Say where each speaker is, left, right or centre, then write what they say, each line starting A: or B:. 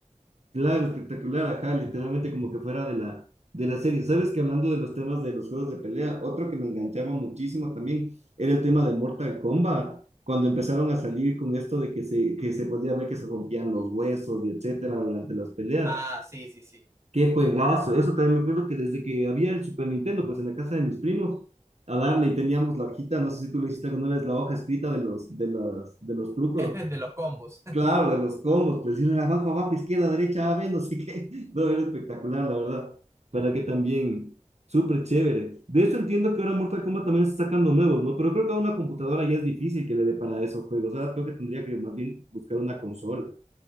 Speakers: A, on the right; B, on the right.
A: Claro, espectacular, ajá, literalmente como que fuera de la, de la serie. Sabes que hablando de los temas de los juegos de pelea, otro que me enganchaba muchísimo también era el tema de Mortal Kombat, cuando empezaron a salir con esto de que se, que se podía ver que se rompían los huesos y etcétera durante las peleas.
B: Ah, sí, sí, sí,
A: Qué juegazo, eso también me acuerdo que desde que había el Super Nintendo, pues en la casa de mis primos, a darle y teníamos la hojita, no sé si tú lo hiciste alguna vez, la hoja escrita de los, de las, de los trucos.
B: <laughs> de los combos.
A: Claro, de los combos, presión abajo, abajo, izquierda, derecha, A, B, no sé qué. <laughs> No, era espectacular, la verdad. Para que también, súper chévere. De eso entiendo que ahora Mortal Kombat también está sacando nuevos, ¿no? Pero creo que a una computadora ya es difícil que le dé para esos juegos. Ahora creo que tendría que más bien buscar una consola.